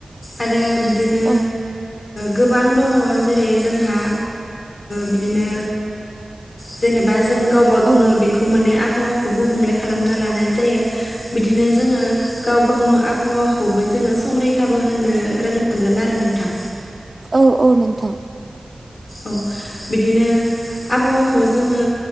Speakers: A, on the left; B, on the right.
A: आरो बिदिनो
B: औ
A: गोबां दङ जेरै जोंहा बिदिनो जेनेबा जों गावबा गावनो
B: औ
A: बेखौ माने आबहावाखौ गुबुंले खालामना लानाय जायो बिदिनो जोङो गाव गावनो आबहावाखौबो जोङो संरैखाबो होनो रोंनांगोन आरो नोंथां
B: औ औ नोंथां
A: औ बिदिनो आबहावाखौ जोङो